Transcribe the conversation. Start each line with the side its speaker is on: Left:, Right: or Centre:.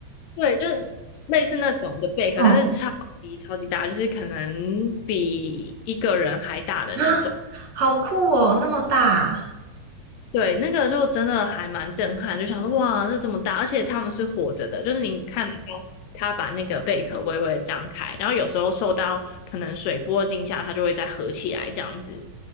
Left: 对，就是类似那种的贝壳，
Right: 嗯，
Left: 但是超级超级大，就是可能比一个人还大的那种。
Right: 啊，好酷哦，那么大
Left: 对，那个就真的还蛮震撼，就想说哇，这这么大，而且他们是活着的，就是你看得到它把那个贝壳微微地张开，然后有时候受到可能水波惊吓，它就会再合起来这样子。